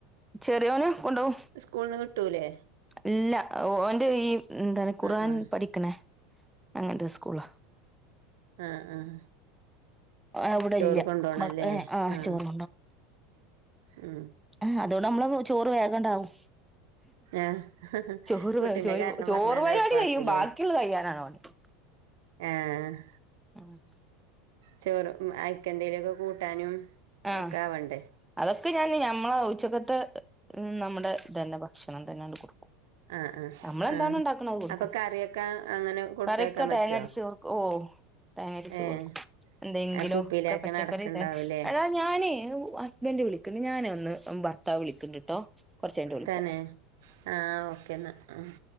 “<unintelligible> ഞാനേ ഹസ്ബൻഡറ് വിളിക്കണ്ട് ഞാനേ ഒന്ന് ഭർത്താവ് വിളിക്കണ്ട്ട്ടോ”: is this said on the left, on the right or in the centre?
Centre